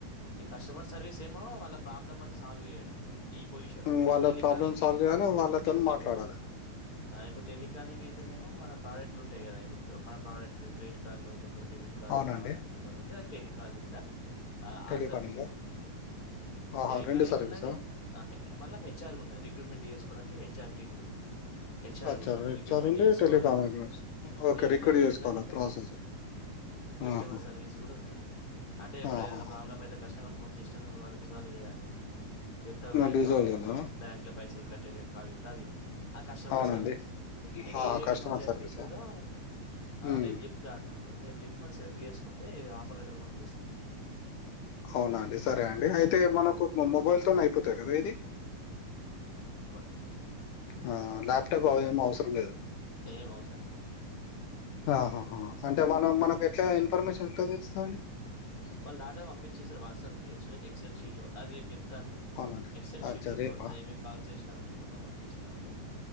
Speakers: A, on the left; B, on the left.
A: ఈ కస్టమర్ సర్వీస్ ఏమో వాళ్ళ ప్రాబ్లం అని సాల్వ్ చేయడం ఈ పొజిషన్
B: ఉమ్,
A: ఉన్నాయి
B: వాళ్ళ
A: టెలికాలింగ్
B: ప్రాబ్లమ్ సాల్వ్ చేయాలి వాళ్ళతో
A: ఇప్పుడుప్పు
B: మాట్లాడాలి
A: అ ఇప్పుడు టెలికానింగ్ అయితేనేమో మన ప్రొడక్ట్లు ఉంటాయి కదా ఇప్పుడు మన ప్రొడక్ట్లు క్రెట్ కార్లు లేపోతే డెబి కాడ్లుకావాలనుకున్నళ్ళకి
B: అవునండి
A: టలికాలింగ్ లా
B: టెలికాలింగ్
A: అఆ సర్వీస్ ఒకటి ఉన్నది
B: ఆహా
A: టెలికాలింగ్
B: రెండు సర్వీసా
A: ఉన్నది ఆహా మళ్ళ హెఆర్ కూడా ఉన్నాయి రిక్రూట్మెంట్ చేసుకోవడానికి హెచ్ఆర్ టీమ్ కూడా ఉన్నది హెచ్ఆర్
B: అచ్చా
A: కూడా ఉన్నాయి
B: రెడ్
A: రిక్రూట్మెంట్
B: చార్ ఉంది
A: చేసుకోవాలని
B: టెలికాలింగ్ ఓకే
A: టెలికాలింగ్
B: రికార్డ్ చేసుకోవాలి
A: ఉన్నది
B: ప్రాసెస్
A: కస్టమర్
B: ఆహా
A: సర్వీస్ కూడా ఉన్నది అంటే ఇప్పుడు
B: ఆహా
A: ఏదైనా ప్రాబ్లం అయితే కస్టమర్ ఫోన్ చేస్తాను వాళ్ళు రిజాల్వ్ చేయాలి చెస్తావు గ
B: డీజోలినా
A: ప్రాబ్లమ్ వచ్చినా బ్యాంక్ లో పైసలు కట్టే కాాళ గది ఆ కస్టమర్
B: అవునండి
A: సర్వీస్ నీకు
B: ఆహా
A: ఏదైతే
B: కస్టమర్
A: మంచిగా అనిపిస్తదో
B: సర్వీసా ఉమ్
A: రేపు చెప్తా అన్నారు రేపు చెప్పి మనం సెలెక్ట్ చేసుకు కుంటే ఇది ఆఫర్ లెటర్ పం
B: అవునండి సరే అండి అయితే మనకు మొబైల్ మ అయిపోతయి కదా ఇది
A: అడి
B: ఆ లాప్టప్ అవ అవసరం లేదు
A: ఏమవుసరం లేదు
B: ఆహాహ అంటే మనం మనకు ఎట్ల ఇన్ఫర్మేషన్ ఎట్ తెలుస్తుంద అండి
A: వాళ్ళ డాట పంపించే స వాట్సాప్ల్స్ ఎక్సెల్ షీట్ అదే చెప్ తండు
B: అవునండి
A: ఎక్స ఎల్
B: అచ్చా
A: షీటర్
B: రేపా
A: ఏమేం కాల్ చే ఇ ఉంటే మొత్తం వర్క్ చేస్తా ఉంటె